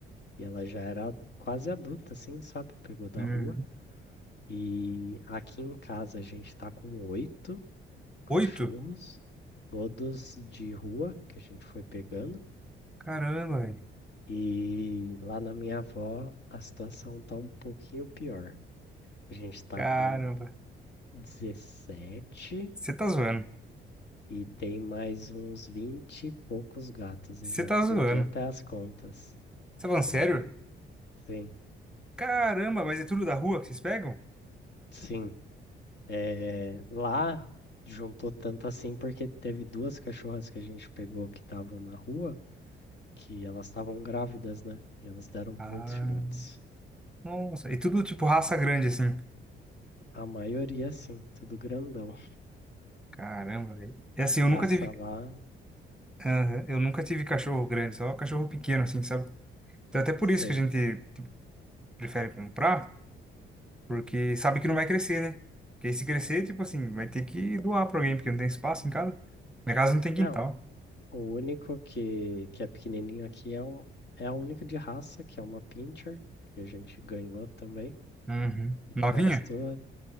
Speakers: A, on the left; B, in the centre.
A: e ela já era quase adulta, assim, sabe? Pegou da
B: Uhum.
A: rua. E aqui em casa a gente tá com oito cachorros,
B: Oito?
A: todos de rua que a gente foi pegando.
B: Caramba, velho.
A: E lá na minha avó a situação tá um pouquinho pior. A gente tá
B: Caramba.
A: com 17
B: Você tá zoando.
A: e tem mais uns 20 e poucos gatos.
B: Você
A: Eu já
B: tá zoando.
A: perdi até as contas.
B: Você tá falando
A: Sério.
B: sério?
A: Sim,
B: Caramba, mas é tudo da rua que vocês pegam?
A: sim. É, lá juntou tanto assim porque teve duas cachorras que a gente pegou que estavam na rua, que elas estavam grávidas, né? E elas deram muitos
B: Ah,
A: filhotes.
B: nossa. E tudo tipo raça grande, assim.
A: A maioria, sim, tudo grandão.
B: Caramba, velho. É assim, eu
A: passa
B: nunca tive
A: lá,
B: Aham, Eu nunca tive cachorro grande, só cachorro pequeno, assim, sabe? Então, até por
A: sei.
B: isso que a gente, tipo, prefere comprar, porque sabe que não vai crescer, né? Porque aí se crescer, tipo assim, vai ter que doar pra alguém, porque não tem espaço em casa. Minha casa não tem quintal.
A: Não, o único que, que é pequenininho aqui é, um, é o único de raça, que é uma pincher, que a gente ganhou também.
B: Uhum.
A: E
B: Novinha?
A: o resto,